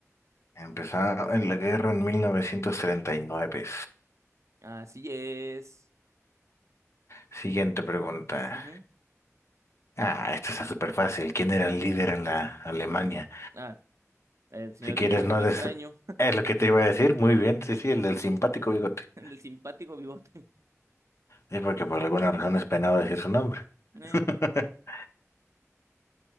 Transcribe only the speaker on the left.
Empezó en la guerra en 1939.
Siguiente pregunta.
Ah, esta está súper fácil. ¿Quién era el líder en la Alemania?
Si quieres,
no des...
Es lo que te iba a decir. Muy bien. Sí, sí, el del simpático bigote.
Sí, porque por alguna razón es penado decir su nombre.
<laughs>